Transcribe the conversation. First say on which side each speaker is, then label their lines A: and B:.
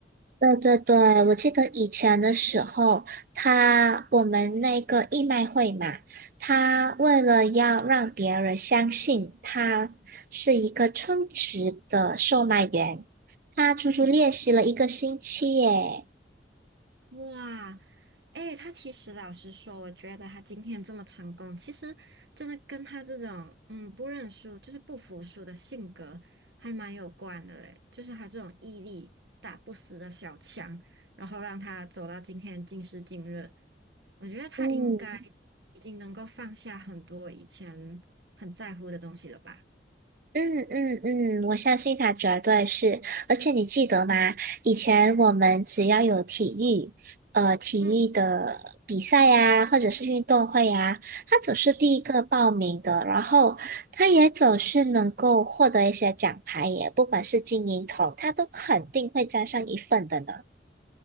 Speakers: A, on the right; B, on the right.
A: 对对对，我记得以前的时候，他我们那个义卖会嘛，他为了要让别人相信他是一个称职的售卖员，他足足练习了一个星期耶。
B: 嗯。哇，哎，他其实老实说，我觉得他今天这么成功，其实真的跟他这种嗯不认输，就是不服输的性格还蛮有关的嘞。就是他这种毅力、打不死的小强，然后让他走到今天今时今日，我觉得他应该
A: 嗯
B: 已经能够放下很多以前很在乎的东西了吧。
A: 嗯嗯嗯，我相信他绝对是。而且你记得吗？以前我们只要有体育，呃，体育的比赛呀，
B: 嗯。
A: 或者是运动会呀，他总是第一个报名的，然后他也总是能够获得一些奖牌耶，不管是金银铜，他都肯定会沾上一份的呢。